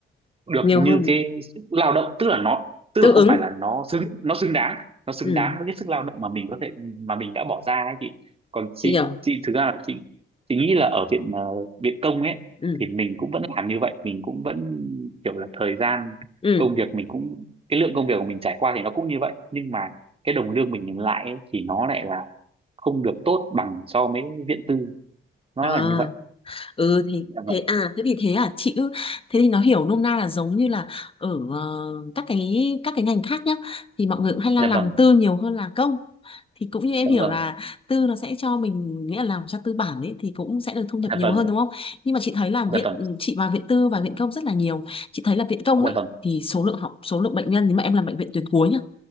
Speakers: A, on the right; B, on the left.
A: được
B: nhiều hơn
A: như cái sức lao động tức là nó tức
B: tương
A: là không
B: ứng
A: phải là nó xứng nó xứng đáng nó xứng
B: ừ
A: đáng với cái sức lao động mà mình có thể mà mình đã bỏ ra ấy chị còn chị
B: chị hiểu
A: chị thực ra là chị chị nghĩ là ở viện ờ, viện công ấy
B: ừ
A: thì mình cũng vẫn làm như vậy mình cũng vẫn kiểu là thời gian
B: ừ
A: công việc mình cũng cái lượng công việc của mình trải qua thì nó cũng như vậy nhưng mà cái đồng lương mình nhận lại ấy, thì nó lại là không được tốt bằng so với viện tư nó
B: à
A: là như vậy
B: ừ thì
A: dạ vâng
B: thế à thế thì thế à chị cứ thế thì nó hiểu nôm na là giống như là ở ờ, các cái các cái ngành khác nhá thì mọi người cũng hay là
A: dạ
B: làm
A: vâng
B: tư nhiều hơn là công thì cũng như em
A: dạ
B: hiểu
A: vâng
B: là tư nó sẽ cho mình nghĩa là làm cho tư bản ấy thì cũng sẽ được thu nhập
A: dạ
B: nhiều
A: vâng
B: hơn đúng không nhưng mà chị thấy là
A: dạ
B: viện
A: vâng
B: chị vào viện tư và viện công rất là nhiều chị thấy là viện công
A: dạ
B: ấy
A: vâng
B: thì số lượng học số lượng bệnh nhân nếu mà em làm bệnh viện tuyến cuối nhá